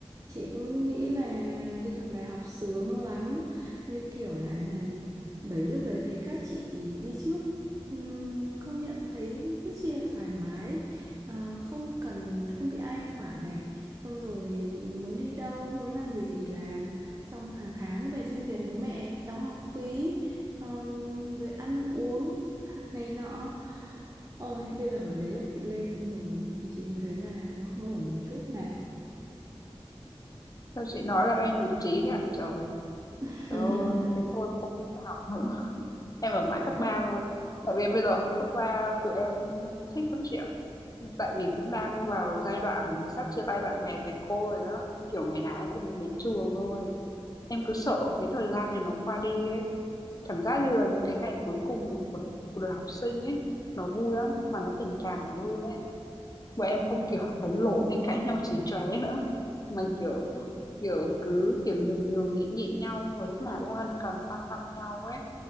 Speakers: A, on the right (about 30°); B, on the left (about 35°).
A: chị cũng nghĩ là đi học đại học sướng lắm. Như kiểu là bởi vì lúc đấy thấy các chị đi trước ừm, công nhận thấy rất chi là thoải mái, Ờ, không cần không bị ai quản này, xong rồi muốn đi đâu, muốn làm gì thì làm, xong hàng tháng về xin tiền bố mẹ, đóng học phí, ờm, rồi ăn uống này nọ ôi bây giờ đến lúc chị lên rồi thì chị mới thấy là nó không ổn một chút nào
B: sao chị nói là em nhụt chí thế à? Trời,
A: <laughs>
B: trời ơi, thế thôi không học học nữa, em ở mãi cấp 3 thôi. Tại vì bây giờ học cấp 3 tụi em thích lắm chị ạ. Tại vì cũng đang vào giai đoạn sắp chia tay bạn bè thầy cô rồi á, nhưng kiểu ngày nào em cũng muốn đến trường thôi. em cứ sợ cái thời gian này nó qua đi ấy cảm giác như là những cái ngày cuối cùng của của đời, của đời học sinh ấy nó vui lắm mà nó tình cảm lắm luôn ấy bọn em không kiểu <laughs> đánh lộn hay cãi nhau chỉ chóe nữa mà kiểu kiểu cứ kiểu nhường nhường nhịn nhịn nhau xong rồi lúc nào cũng ân cần quan tâm nhau ấy